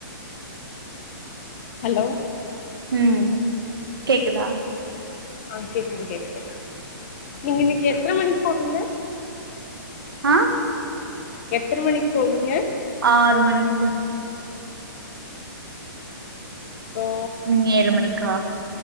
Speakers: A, on the left (about 40°); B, on the right (about 85°).
A: ஹலோ
B: ம் கேக்குதா
A: ஆ கேக்குது கேக்குது நீங்க இன்னிக்கு எத்தன மணிக்கு போவீங்க
B: ஆ
A: எத்தன மணிக்கு போவீங்க
B: ஆறு மணிக்கு
A: ஆ
B: ம் ஏழு மணிக்கா